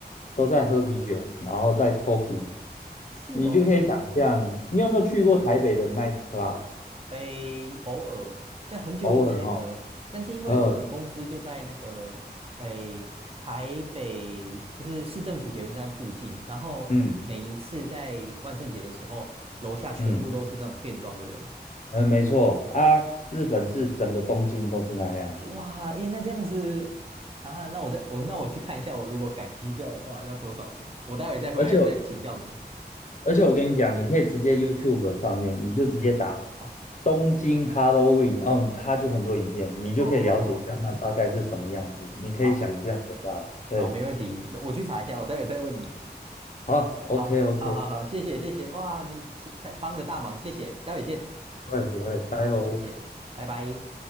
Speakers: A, on the left (about 45°); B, on the right (about 35°).
A: 都在喝啤酒，然后在 talking，
B: 是哦，
A: 你就可以想象，
B: 哎、
A: 你有没有去过台北的 night club？
B: 诶，偶尔，但很久以前了。
A: 偶尔哦，
B: 但是因为我们公司就在那个诶台北，
A: 呃，
B: 就是市政府捷运站附近，然后每一次在万圣节的时候，
A: 嗯
B: 楼下全部都是那种变装的人。
A: 嗯嗯，没错啊，日本是整个东京都是那样。
B: 哇，诶，那这样子啊，那我再我那我去看一下，我如果改机票的话要多少钱？我待会再回来再请教你。
A: 而且而且我跟你讲，你可以直接 YouTube 上面，你就直接打
B: 哦
A: 东京 Halloween，哦，它就很多影片，你就可以了解一下那大概是什么样子，
B: 哦，
A: 你可以想象得到。
B: 好好
A: 对，
B: 好，没问题，那我去查一下，我待会再问你。
A: 好，OK
B: 好，
A: OK，
B: 好，好，好，谢谢，谢谢，哇，你太帮了大忙，谢谢，待会见，
A: 不会不会，拜喽。
B: 好，谢谢，拜拜。